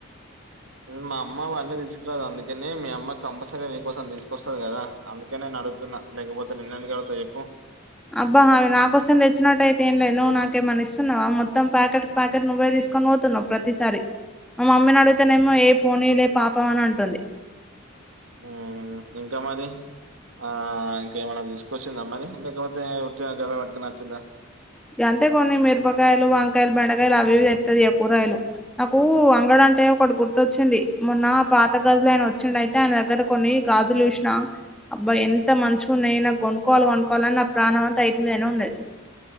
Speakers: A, on the right (about 75°); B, in the centre.
A: మా అమ్మ అవన్నీ తీసుకురాదు అందుకని మీ అమ్మ కంపల్సరీ నీకోసం తీసుకొస్తది కదా అందుకని నిన్ను అడుగుతున్నా లేకపోతే నిన్ను ఎందుకు అడుగుతా చెప్పు
B: అబ్బా అవి నాకోసం తెచ్చినట్టు అయితే ఏం లేదు నువ్వు నాకేమన్న ఇస్తున్నవ మొత్తం ప్యాకెట్ ప్యాకెట్ నువ్వే తీసుకొని పోతున్నవు ప్రతిసారి మా మమ్మీని అడిగితేనేమో ఏ పోనీ లే పాపం అని అంటుంది
A: ఉమ్ ఇంకా మరి ఆ ఇంకేమైనా తీసుకొచ్చిందా మరి లేకపోతే ఉట్టిగా గవే పట్టుకుని వచ్చిందా
B: గంతే కొన్ని మిరపకాయలు వంకాయలు బెండకాయలు అవి ఇవి తెత్తది ఇగ కూరగాయలు నాకు అంగడంటే ఒకటి గుర్తొచ్చింది మొన్న పాత గాజులు ఆయన వచ్చిండు అయితే ఆయన దగ్గర కొన్ని గాజులు చూసిన అబ్బా ఎంత మంచిగున్నయి నాకు కొనుక్కోవాలి కొనుక్కోవాలని నా ప్రాణం అంత అయిటి మీదనే ఉన్నది